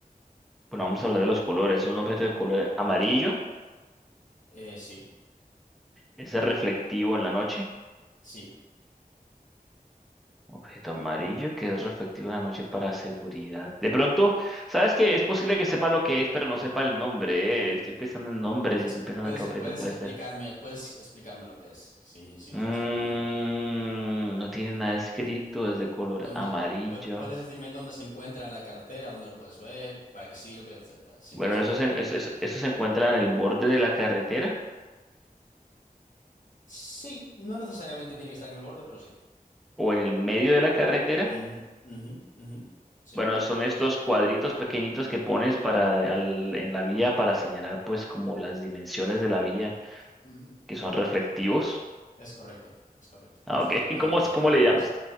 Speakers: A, in the centre; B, on the left (about 55°).
A: Bueno, vamos a hablar de los colores. Es un objeto de color amarillo,
B: Eh, sí,
A: es reflectivo en la noche.
B: sí.
A: Objeto amarillo que es reflectivo en la noche para seguridad. De pronto, ¿sabes qué? Es posible que sepa lo que es, pero no sepa el nombre. eh. Estoy pensando en nombres
B: Exp-
A: y estoy pensando
B: puedes,
A: en qué objeto
B: puedes
A: puede
B: explicarme,
A: ser.
B: puedes explicarme lo que es, si, si
A: Mm,
B: no sabes cuál es el nombre.
A: no tiene nada escrito, es de color
B: ¿Dónde,
A: amarillo.
B: pue- puedes decirme dónde se encuentra en la carretera, dónde lo puedes ver, para qué sirve, etcétera, si
A: Bueno,
B: no sabes
A: eso
B: el
A: se,
B: nombre.
A: eso, eso- eso se encuentra en el borde de la carretera
B: Sí, no necesariamente tiene que estar en el borde, pero sí.
A: o en el medio de la carretera.
B: Ujú, ujú, ujú, Sí.
A: Bueno, son estos cuadritos pequeñitos que pones para al- en la vía para señalar pues como las dimensiones de la vía
B: ujú.
A: que son reflectivos.
B: Eh, Es correcto, es correcto.
A: Ah,
B: Los
A: ok.
B: reflectantes
A: <laughs> ¿Cómo, es-
B: de
A: cómo
B: la carretera,
A: le llamas?
B: sí.